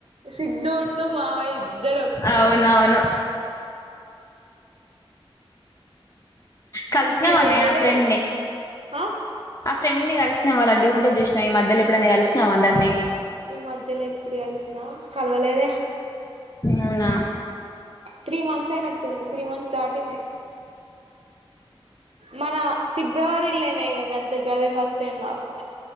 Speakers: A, on the right; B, on the left.
A: సిద్ధు ఉండు మావయ్య ఇద్దరు ఒక్కటే
B: అవునవును కలిసివన్నయా
A: ఇంక ఇయాల చేయలేదు
B: ఫ్రెండ్ ని
A: ఆ
B: ఆ ఫ్రెండ్ కలిసినవ లడ్డుగుంటది చూసినావ ఈ మధ్యలో ఎప్పుడన్న కలిసినావా దాన్ని
A: ఈ మధ్యలో ఎప్పుడు కలిసినా కలవలేదా
B: అవునా
A: త్రీ మంత్స్ అయినట్టుంది త్రీ మంత్స్ దాటింది మన ఫిబ్రవరిలేనేనే ఇగ గంతే గదే ఫస్ట్ అండ్ లాస్ట్